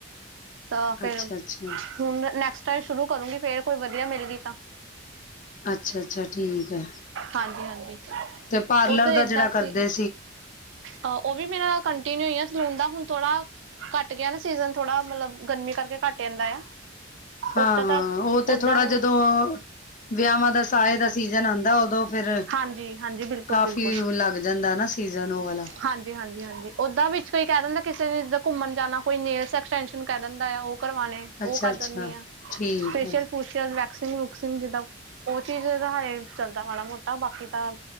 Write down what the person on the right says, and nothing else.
ਤਾਂ ਫਿਰ
ਹੁਣ ਨੈਕਸਟ ਟਾਈਮ ਸ਼ੁਰੂ ਕਰੂਗੀ ਫੇਰ ਕੋਈ ਵਧੀਆ ਮਿਲ ਗੀ ਤਾਂ
ਹਾਂਜੀ-ਹਾਂਜੀ
ਉਧਰ
ਏਦਾਂ
ਸੀ।
ਆਹ ਉਹ ਵੀ ਮੇਰੇ ਨਾਲ ਕੰਟੀਨਿਊ ਹੋਈ ਸਲੂਨ ਦਾ ਹੁਣ ਥੋੜਾ ਘੱਟ ਗਿਆ ਨਾ ਸੀਜਨ ਥੋੜਾ ਮਤਲਬ ਗਰਮੀ ਕਰਕੇ ਘੱਟ ਜਾਂਦਾ ਆ।
ਓਦਾਂ
ਤਾਂ
ਓਦਾਂ
ਹਾਂਜੀ-ਹਾਂਜੀ ਬਿਲਕੁਲ
ਬਿਲਕੁਲ
ਹਾਂਜੀ। ਹਾਂਜੀ-ਹਾਂਜੀ ਓਦਾਂ ਵਿੱਚ ਕੋਈ ਕਹਿ ਦਿੰਦਾ ਕਿਸੇ ਨੇ ਜਰ ਘੁੰਮਣ ਜਾਣਾ ਕੋਈ ਨੇਲਸ ਐਕਸਟਸ਼ਨ ਕਹਿ ਦਿੰਦਾ ਆ ਉਹ ਕਰਵਾਣੇ ਉਹ
ਕਰ
ਦਿੰਦੀ ਆ
ਫੇਸ਼ਅਲ
ਫੁਸ਼ਅਲ ਵੈਕਸਿੰਗ ਵੁਕਸਿੰਗ ਜਿੱਦਾਂ ਉਹ ਚੀਜ਼ ਤਾਂ ਹਜੇ ਚੱਲਦਾ ਮਾੜਾ ਮੋਟਾ ਬਾਕੀ ਤਾਂ